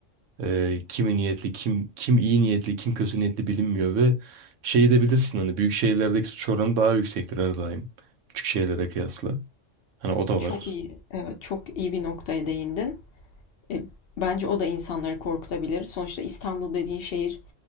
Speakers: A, on the right (about 80°); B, on the left (about 60°).
A: E, kimi niyetli, kim kim iyi niyetli, kim kötü niyetli bilinmiyor ve şeyi de bilirsin hani büyük şehirlerdeki suç oranı daha yüksektir her daim. Küçük şehirlere kıyasla. Hani o da
B: Çok
A: var.
B: iyi, evet çok iyi bir noktaya değindin. E, bence o da insanları korkutabilir. Sonuçta İstanbul dediğin şehir